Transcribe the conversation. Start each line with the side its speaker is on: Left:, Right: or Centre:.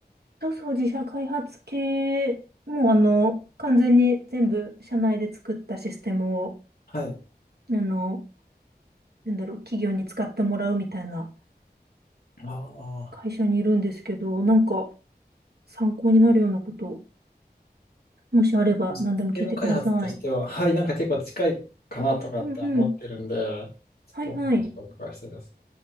Right: そうそう、自社開発系、もうあの、完全に全部社内で作ったシステムを、
Left: はい。
Right: あの、なんだろう、企業に使ってもらうみたいな
Left: あ
Right: 会社にいるんですけど、なんか参考になるようなこと、もしあれば何でも聞いてください。
Left: システム開発としては、はい、なんか結構近いかなとかって思ってるんで、
Right: うんうん。
Left: ちょっとお話をお伺いしたいです。
Right: はいはい。